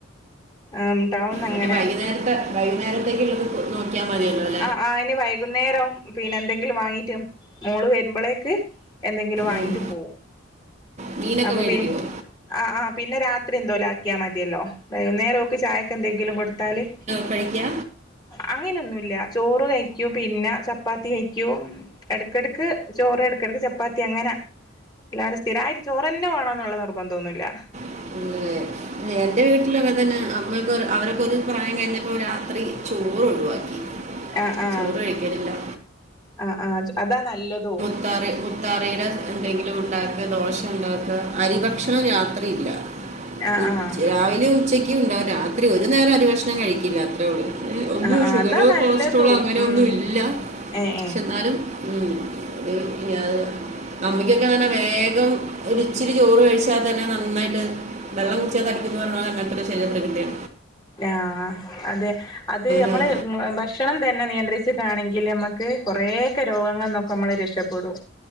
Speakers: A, on the left; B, on the right.
A: ആം ടൗൺ അങ്ങെ
B: പിന്നെ വൈകുന്നേരത്തെ വൈകുന്നേരത്തേക്ക ഉള്ളത് നോക്കിയാൽ മതിയ ഉള്ള അല്ലേ
A: ആഹ് ആയിന് വൈകുന്നേരം പിന്നെ എന്തെങ്കിലും വാങ്ങീട്ടും മോള് വരുമ്പോളേക്ക് എന്തെങ്കിലും വാങ്ങിട്ട്
B: ഉം.
A: പോകും
B: മീനൊക്കെ
A: അപ്പൊ
B: മേടിക്കുമോ
A: പി ആഹ് ആഹ് പിന്നെ രാത്രി എന്തോലും ആക്കിയാൽ മതിയല്ലോ വൈകുന്നേരം ക്ക് ചായക്ക് എന്തെങ്കിലും കൊടുത്താല്
B: കഴിക്ക
A: അങ്ങനെയൊന്നുല്ല ചോറ് കഴിക്കൂ പിന്നെ ചപ്പാത്തി കഴിക്കൂ എടക്കിടക്ക് ചോറ് എടക്കിടക്ക് ചപ്പാത്തി അങ്ങനെ അല്ലാണ്ട് സ്ഥിരായിട്ട് ച്ചോർന്നെ വേണന്നുള്ള നിർബന്ധം ഒന്നുമല്ല
B: <unintelligible> എന്റെ വീട് വീട്ടിലൊക്കെ തന്നെ അമ്മക്ക് അവരൊക്കെ ഒരു പ്രായം കഴിഞ്ഞപ്പോ രാത്രി ചോറ് ഒഴിവാക്കി
A: ആഹ് ആഹ്
B: ചോറ് കഴിക്കലില്ല
A: ആഹ് ആഹ് അതാ നല്ലതും
B: മുത്താറ മുത്താറയുടെ എന്തെങ്കിലും ഉണ്ടാക്ക ദോശ ഉണ്ടാക്ക അരി ഭക്ഷണ രാത്രിയില്ല
A: ആഹ്
B: ഉം
A: ആഹ്
B: രാവിലെയും ഉച്ചക്ക ഉണ്ടാവും രാത്രി ഒരു നേരം അരി ഭക്ഷണം കഴിക്കില്ല അത്രേ ഉള്ളൂ ഒന്നും
A: ആഹ് ആഹ്
B: ഷുഗറോ
A: അതാ നല്ലതും
B: കൊളസ്ട്രോളോ അങ്ങനെയ
A: ഉം
B: ഒന്നും ഇല്ല
A: ഏഹ് ഏഹ്
B: എന്നാലും ഉം ഉം ഉം ഞാൻ അമ്മയ്ക്കൊക്കെ തന്നെ വേഗം ഒര് ഇച്ചിരി ചോറ് കഴിച്ചാൽ തന്നെ നന്നായിട്ട് വെള്ളം കുച തടിക്കും പറഞ്ഞ അങ്ങനത്തെ ശരീര പ്രകൃതി യാ
A: ആഹ് അതെ അത് നമ്മള്
B: ഞാൻ
A: ഭക്ഷണം തന്നെ നിയന്ത്രിച്ചു കാണെങ്കിൽ നമ്മ കൊറൊക്കെ രോഗങ്ങൾന്നൊക്കെ നമ്മൾ രക്ഷപ്പെടും